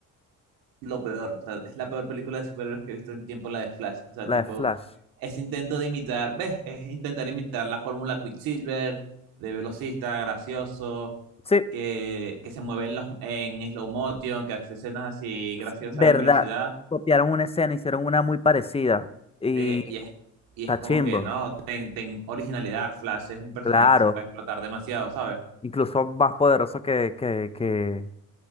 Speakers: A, on the right; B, on the left.
A: lo peor. O sea, es la peor película de superhéroes que he visto en tiempo, la de Flash. O sea, tipo,
B: La de Flash.
A: es intento de imitar, ¿ves? Es intentar imitar la fórmula Quicksilver, de velocista, gracioso,
B: Sí,
A: que, que se mueve en, los, en slow motion, que hace escenas así
B: Es
A: graciosas
B: verdad,
A: en velocidad.
B: copiaron una escena, hicieron una muy parecida y
A: Y, y es, y
B: está
A: es como
B: chimbo,
A: que no, ten, ten originalidad. Flash es un personaje
B: claro,
A: que se puede explotar demasiado, ¿sabes?
B: incluso más poderoso que, que, que,